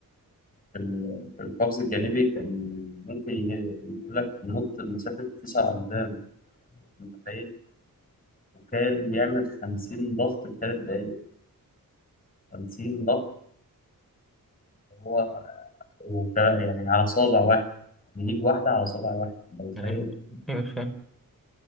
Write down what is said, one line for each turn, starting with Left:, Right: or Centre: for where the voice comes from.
Left: في ال- في القفز الجانبي كان ممكن ي- يقول لك ينط لمسافة تسع أقدام متخيل وكان يعمل خمسين ضغط في ثلاث دقايق خمسين ضغط هو وك- يعني على صابع واحد بيجيب واحدة على صابع واحد أنت متخيل
Centre: ايوه ايوه فاهم